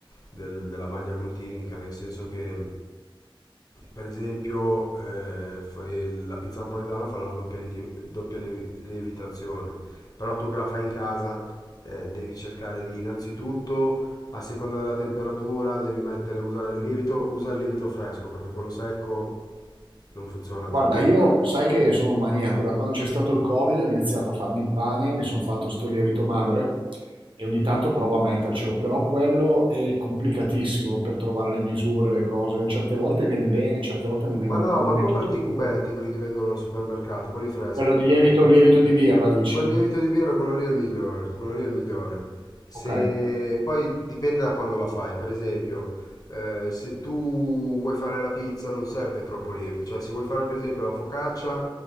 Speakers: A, on the left; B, on the right.
A: del- della maglia glutinica, nel senso che, per esempio, eh, fai- la pizza napoletana fa una doppia, lieti- doppia lievi- lievitazione, però tu che la fai in casa, eh, devi cercare di innanzitutto, a seconda della temperatura, devi mettere, usare il lievito, usa il lievito fresco, perché quello secco non funziona
B: Guarda,
A: tanto.
B: io sai che sono un maniaco, da quando c'è stato il Covid ho iniziato a farmi il pane, mi sono fatto sto lievito madre e ogni tanto provo a mettercelo, però quello è complicatissimo per trovare le misure, le cose, certe volte viene bene, certe volte nemmeno
A: Ma no,
B: ne
A: ma
B: metto
A: comprati
B: troppo.
A: i cubetti, quelli che vendono al supermercato, quelli freschi.
B: Quello
A: quel-
B: di lievito, lievito di birra, dici?
A: Quel lievito di birra, quello lì è il migliore, quello lì è il migliore. Se
B: Ok,
A: poi dipende da quando la fai, per esempio, eh, se tu vuoi fare la pizza non serve troppo lievito, cioè se vuoi fare per esempio la focaccia,